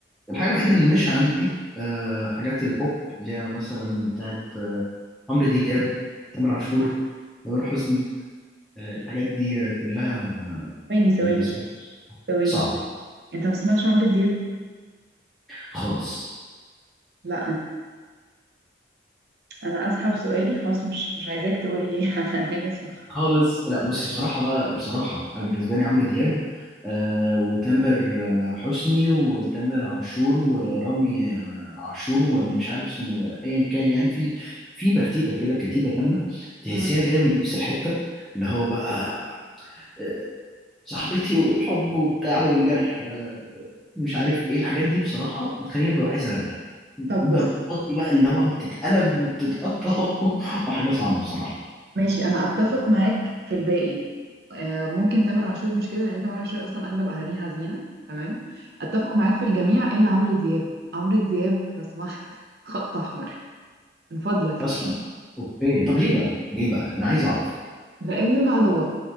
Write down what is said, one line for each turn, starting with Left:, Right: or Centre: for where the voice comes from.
Centre: الحاجة الوحيدة اللي مش عندي آه حاجات البوب اللي هي مثلا بتاعت آه، عمرو دياب تامر عاشور تامر حسني آه الحاجات دي آه، كلها
Right: ثواني ثواني
Centre: بالنسبة لي
Right: ثواني
Centre: صعبة
Right: انت ما بتسمعش عمرو دياب
Centre: خالص
Right: لا انا اسحب سؤالي خلاص مش مش عايزاك تقول لي <laughs> على اغاني اسمعها
Centre: خالص لا بصي بصراحة بقى بصراحة أنا بالنسبة لي عمرو دياب آه وتامر آه، حسني وتامر عاشور ورامي آه، عاشور ولا مش عارف اسمه آه، أيا كان يعني في في برتيتة كده كتيبة كاملة تحسيها
Right: مم.
Centre: جاية من نفس الحتة اللي هو بقى آه، صاحبتي والحب وبتاع والجرح مش عارف ايه الحاجات دي بصراحة بتخليني ببقى عايز ارجع ببقى
Right: طب بص
Centre: بطني بقى اللي هو بتتقلب وبتتقطع <laughs> وحاجة صعبة بصراحة
Right: ماشي انا اتفق معاك في الباقي آه، ممكن تامر عاشور مش كده لان تامر عاشور اصلا اغلب اغانيه حزينه تمام اتفق معاك في الجميع الا عمرو دياب عمرو دياب لو سمحت <laughs> خط احمر من فضلك
Centre: اصلا اوكي طب ليه بقى ليه بقى انا عايز اعرف
Right: لانه الهضبه